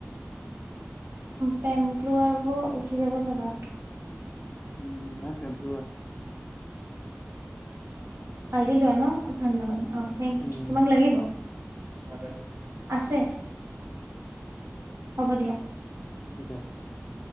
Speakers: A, on the right; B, on the left.
A: পেম্প্ল <unintelligible> আৰু উঠি যাব চাবা।
B: উম নাই <unintelligible> আছে
A: আজি লোৱা ন ঠাণ্ডা পানী। অ থেংক ইউ।
B: উম
A: তোমাক লাগিব? নালাগে। আছে? হ'ব দিয়া।
B: এতিয়া